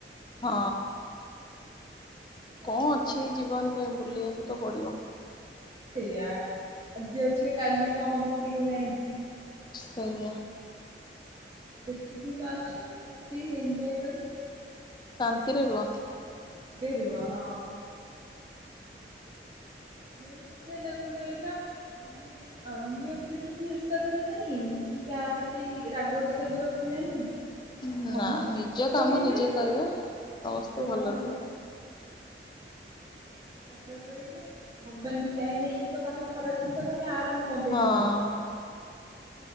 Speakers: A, on the left; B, on the right.
A: ହଁ
B: ଘରେ
A: କଁ ଅଛି ଜୀବନରେ ବୁଲିବାକୁ ତ ପଡିବ।
B: ସେଇଆ ଆଜି ଅଛେ କାଲି କଣ ହବ କିଏ କଣ ଜାଣିଛି।
A: ସେଇୟା।
B: ଯେତିକି ଦିନ ଅଛୁ ଖାଇ ପିଇ ଏଞ୍ଜୟ କରି
A: ଶାନ୍ତିରେ ରୁହ।
B: ନ୍ତିରେ ରୁହ ହଁ। ମେନ୍ କଥା ହେଲା କଣ କହିଲ ମାନେ ଅନ୍ୟକୁ ଦେଖିକି ଇର୍ଷା କରିବାନି କି କାହା ପ୍ରତି ରାଗରୁଷା ବି ରଖିବାନି।
A: ନା
B: ସମସ୍ତେ
A: ନିଜ
B: ଭଲ
A: କାମ
B: ରହିଲେ
A: ନିଜେ
B: ହଁ
A: କରିବା
B: ନିଜ
A: ସମସ୍ତେ ଭଲରେ
B: କାମ
A: ରୁହନ୍ତି।
B: ନିଜେ ସେ ହ <unintelligible> ସମସ୍ତେ ଭଲରେ ରହିଲେ ଭଗବାନ ବି ଚାହିଁବେ ଇଏ ତ କାହାର ଖରାପ ଚିନ୍ତା କରନି ଆର ମୁଁ କଣ ପାଇଁ
A: ହଁ
B: ଖରାପ କରିବି।